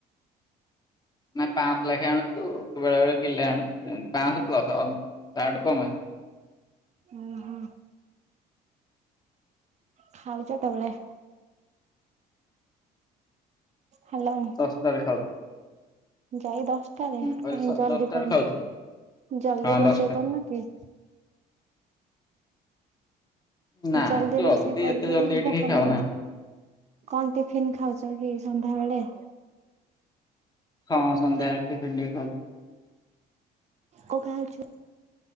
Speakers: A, on the left (about 25°); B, on the right (about 40°).
A: ନା ପାଁଶହ ଲେଖେଏ ଆଣୁଚୁ ବେଳେ ବେଳେ କିଲେ ଆଣୁଚୁ ପାଁଶହ ପ୍ଲସ ଅ ତାଠୁ କମ ନୁହେଁ।
B: ଓ ହୋ। ଖାଉଚ କେତେବେଳେ? ହ୍ୟାଲୋ।
A: ଶସ୍ତାରେ ଖାଉଚି।
B: ଯାଇ ଦଶଟାରେ
A: କହିଲି
B: କାହିଁ ଜଲଦି
A: ଦଶଟାରେ
B: କରୁ
A: ଖାଉଛୁ
B: ଜଲଦି
A: ହଁ
B: ରୋଷେଇ
A: ଦଶଟା
B: କରୁନ କି?
A: ନାଇଁ
B: ଜଲଦି
A: ଜଲ୍ଦି
B: ରୋଷେଇ କରିଦଉନ
A: ଏତେ ଜଲ୍ଦି ଏଠି
B: ଭୋକ
A: କେହି ଖାଉନାହାନ୍ତି
B: ଲା କଣ ଟିଫିିନି ଖାଉଚ କି ସନ୍ଧ୍ୟା ବେଳେ?
A: ହଁ ସନ୍ଧ୍ୟା ବେଳେ ଟିଫିନି ଟିକେ ଖାଇଚି।
B: କଣ ଖାଉଚ?